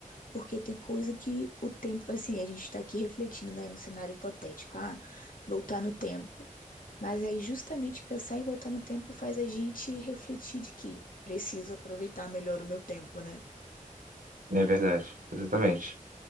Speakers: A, on the left; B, on the right.
A: porque tem coisa que o tempo, assim, a gente está aqui refletindo, né, no cenário hipotético, ah, voltar no tempo. Mas aí justamente pensar em voltar no tempo faz a gente refletir de que preciso aproveitar melhor o meu tempo, né?
B: É verdade, exatamente.